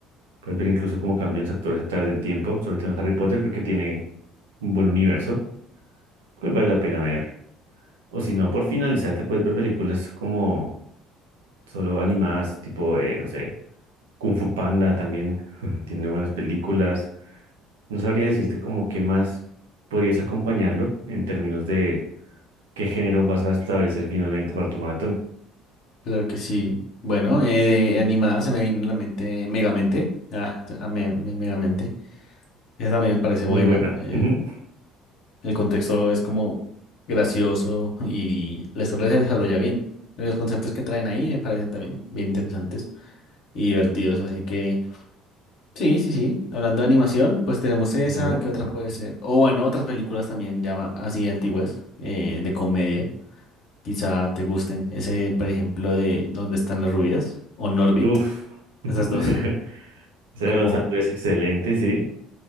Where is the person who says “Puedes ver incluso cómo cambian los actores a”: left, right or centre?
Right